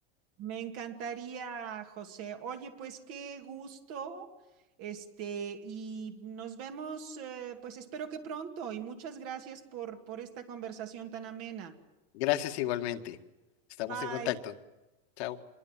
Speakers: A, on the right; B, on the left.
A: Me encantaría, José. Oye, pues qué gusto. Este, y nos vemos, eh, pues espero que pronto. Y muchas gracias por, por esta conversación tan amena.
B: Gracias igualmente. Estamos
A: Bye.
B: en contacto. Chao.